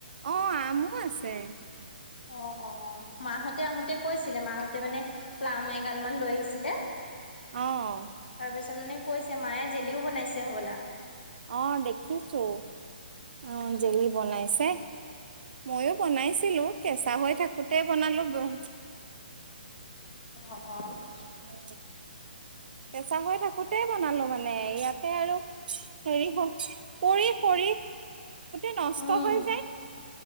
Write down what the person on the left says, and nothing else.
অ', - অহ', - মাহঁতে আহোতে কৈছিলে, মাহঁতে মানে- প্লাম এগাল মান লৈ আহিছিলে।
তাৰ পিছত মানে কৈছে মায়ে জেলিও বনাইছে হ'বলা।
উম
অঁ', -অঁহ', -।
উম